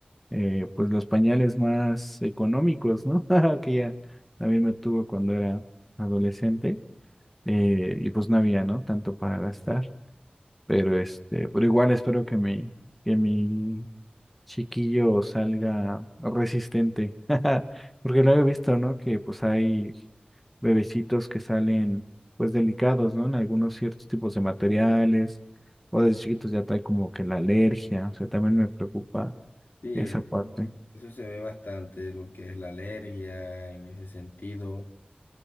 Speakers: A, in the centre; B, on the left (about 85°).
A: eh, pues los pañales más económicos, ¿no? <laughs> Que ya también me tuvo cuando era adolescente eh, y pues no había, ¿no? Tanto para gastar. Pero este, pero igual espero que mi, que mi chiquillo salga resistente. <laughs> Porque lo he visto, ¿no? Que pues hay bebecitos que salen pues delicados, ¿no? En algunos ciertos tipos de materiales, o desde chiquitos ya trae como que la alergia. O sea, también me preocupa
B: Sí,
A: esa
B: es-
A: parte.
B: eso se ve bastante lo que es la alergia en ese sentido,